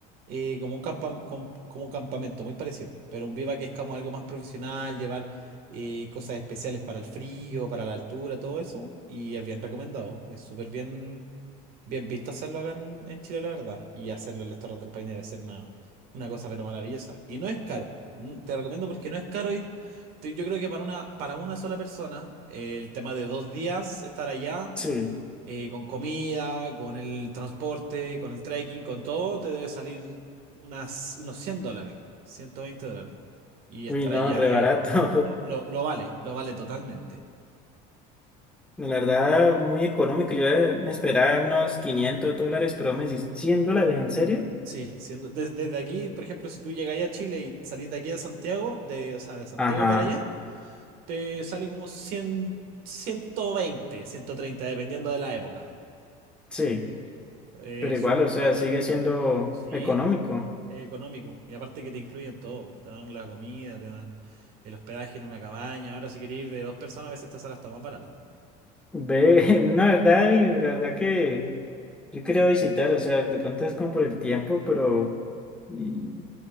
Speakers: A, on the right; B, in the centre.
A: eh, como un campa com- como un campamento, muy parecido. Pero un vivac es como algo más profesional, llevar eh, cosas especiales para el frío, para la altura, todo eso. Y es bien recomendado, es súper bien, bien visto hacerlo acá en, en Chile, la verdad. Y hacerlo en las Torres del Paine debe ser una, una cosa pero maravillosa. Y no es caro, mm, te recomiendo porque no es caro ir te- Yo creo que para una, para una sola persona, eh, el tema de dos días estar allá,
B: sí,
A: eh, con comida, con el transporte, con el trekking, con todo, te debe salir unas, unos 100 dólares, 120 dólares. Y estar
B: uy, no,
A: allá,
B: re barato.
A: eh, lo,
B: <laughs>
A: lo- lo vale, lo vale totalmente.
B: La verdad, muy económico. Yo eh, me esperaba unos 500 dólares, pero me decís 100 dólares, ¿en serio?
A: Sí, siendo, des- desde aquí, por ejemplo, si tú llegáis a Chile y salís de aquí a Santiago, de, o sea, de Santiago
B: Ajá,
A: para allá, te sale como cien ciento veinte ciento treinta dependiendo de la época.
B: sí,
A: Eh,
B: pero igual,
A: súper
B: o
A: barato
B: sea, sigue
A: en...
B: siendo
A: Sí,
B: económico.
A: eh, económico. Y aparte que te incluyen todo. Te dan la comida, te dan el hospedaje en una cabaña. Ahora si quieres ir de dos personas, a veces esta sala está más barato.
B: Ve, <laughs> no, verdad, y la verdad que yo quería visitar, o sea, de pronto es como por el tiempo, pero y,